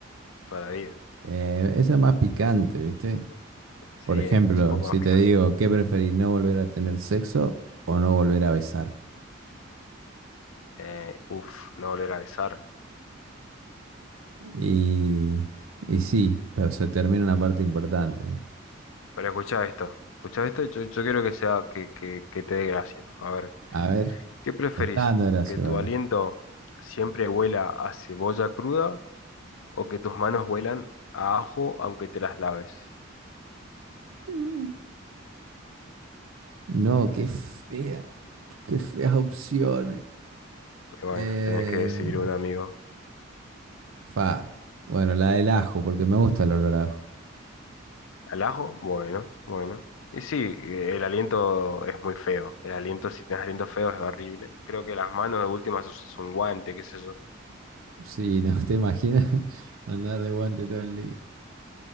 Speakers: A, on the left (about 80°); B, on the right (about 80°).
A: toda la vida.
B: Eh, esa es más picante, ¿viste?
A: Sí,
B: Por
A: es
B: ejemplo,
A: un poco
B: si
A: más
B: te
A: picante.
B: digo, ¿qué preferí? ¿No volver a tener sexo o no volver a besar?
A: Eh, uf, no volver a besar.
B: Y, y sí, pero se termina una parte importante.
A: Pero escucha esto. Escucha esto, yo, yo quiero que sea que, que, que te dé gracia. A ver,
B: A ver,
A: ¿qué preferís?
B: me está dando gracia,
A: ¿Que tu
B: ¿vale?
A: aliento siempre huela a cebolla cruda o que tus manos huelan a ajo aunque te las laves?
B: Mm. <laughs> No, qué fea, qué feas opciones.
A: Y bueno,
B: Eh,
A: tenés que decidir un amigo.
B: fa. Bueno, la del ajo, porque me gusta el olor a ajo.
A: ¿Al ajo? Bueno, bueno. Y sí, eh, el aliento es muy feo. El aliento, si tenés aliento feo, es horrible. Creo que las manos de última usas un guante, qué sé yo.
B: Sí, no te imaginas <laughs> andar de guante todo el día.